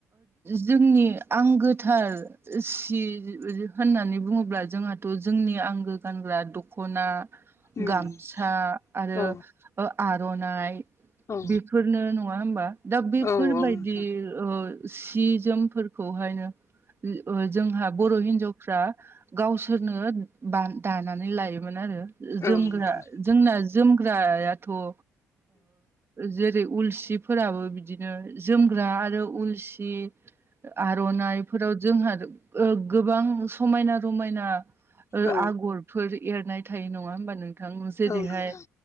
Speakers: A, on the right; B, on the left.
A: जोंनि आंगोथार सि होननानै बुङोब्ला जोंहाथ' जोंनि आंगो गानग्रा दख'ना
B: उम
A: गामसा आरो
B: औ
A: ओ आर'नाइ
B: औ
A: बेफोरनो नं नङा हामबा दा बेफोरबायदि
B: औ औ नोंथां
A: ओ सि जोमफोरखौहायनो जोंहा बर' हिनजाव फ्रा गावसोरनो बा दानानै लायोमोन आरो
B: औ
A: जोमग्रा
B: नोंथां उम
A: जोंना जोमग्रायाथ' ओ जेरै उलसिफोराबो बिदिनो जोमग्रा आरो उलसि आर'नाइफोराव जोंहा ओ गोबां समायना रमायना ओ
B: उम औ
A: आगरफोर एरनाय थायो नङा होमबा नों थां जेरैहाय
B: औ नोंथां